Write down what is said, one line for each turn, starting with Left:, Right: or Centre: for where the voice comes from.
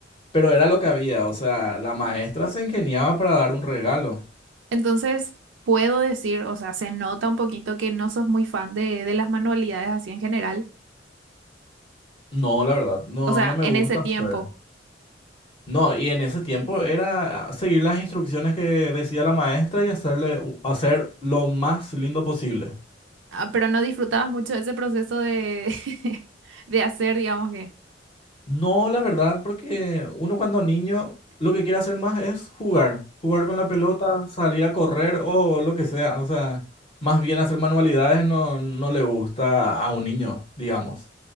Left: Pero era lo que había, o sea, la maestra se ingeniaba para dar un regalo.
Right: Entonces, puedo decir, o sea, se nota un poquito que no sos muy fan de, de las manualidades así en general.
Left: No, la verdad, no,
Right: O sea,
Left: no me
Right: en
Left: gusta
Right: ese tiempo.
Left: hacer. No, y en ese tiempo era ah, seguir las instrucciones que decía la maestra y hacerle, hacer lo más lindo posible.
Right: Ah, pero no disfrutabas mucho ese proceso de, <laughs> de hacer, digamos que.
Left: No, la verdad, porque uno cuando niño lo que quiere hacer más es jugar, jugar con la pelota, salir a correr o lo que sea. O sea, más bien hacer manualidades no, no le gusta a un niño, digamos.